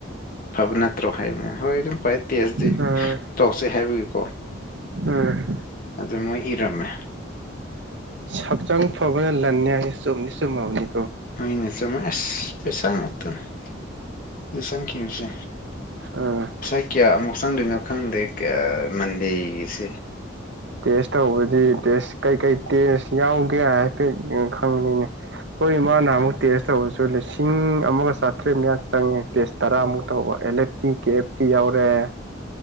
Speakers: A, on the left (about 45°); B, on the right (about 65°).
A: ꯐꯕ ꯅꯠꯇ꯭ꯔꯣ ꯍꯥꯏꯕꯅꯤ ꯍꯣꯏ ꯑꯗꯨꯝ ꯈꯋꯥꯏ ꯇꯦꯖꯇ
B: ꯎꯝ
A: ꯇꯧꯁꯦ ꯍꯥꯏꯕꯒꯤ
B: ꯎꯝ
A: ꯑꯗꯨꯗ ꯃꯣꯏ ꯏꯔꯝꯃꯦ
B: ꯁꯛꯆꯥꯡ ꯐꯕꯅ ꯂꯥꯟꯅꯤ ꯁꯨꯝꯅꯤ ꯁꯅꯤ
A: ꯍꯅꯦ ꯆ ꯃ ꯑꯁ ꯄꯁꯉꯁꯪ ꯀꯁꯦ
B: ꯎꯝ
A: ꯉꯁꯥꯏ ꯀꯌꯥ ꯑꯃꯨꯛ ꯆꯪꯗꯣꯏꯅꯣ ꯈꯪꯗꯦ ꯃꯟꯗꯦꯒꯤꯁꯤꯦ
B: ꯇꯦꯁ ꯇꯧꯕꯗꯤ ꯇꯦꯁ ꯀꯩꯀꯩ ꯇꯦꯁ ꯌꯥꯎꯒꯦ ꯍꯥꯏꯐꯦꯠ ꯈꯪꯕꯅꯤꯅꯦ ꯍꯣꯏ ꯏ ꯃꯥꯅ ꯑꯃꯨꯛ ꯇꯦꯁ ꯇꯧꯕꯔꯁꯨ ꯂꯤꯁꯤꯡ ꯄꯨꯡ ꯑꯃꯒ ꯆꯥꯇ꯭ꯔꯦꯠ ꯃꯌꯥ ꯆꯪꯉꯦ ꯇꯦꯁ ꯇꯔꯥꯃꯨꯛ ꯇꯧꯕ L F T K F T ꯌꯥꯎꯔꯦ ꯑ